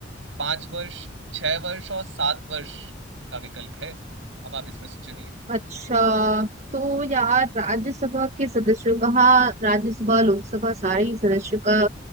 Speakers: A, on the right (about 85°); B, on the right (about 35°).
A: पांच वर्ष छह वर्ष और सात वर्ष का विकल्प है अब आप इसमें से चुनिए
B: अच्छा तो यार राज्यसभा के सदस्यों का हाँ राज्यसभा लोकसभा सारे ही सदस्यों का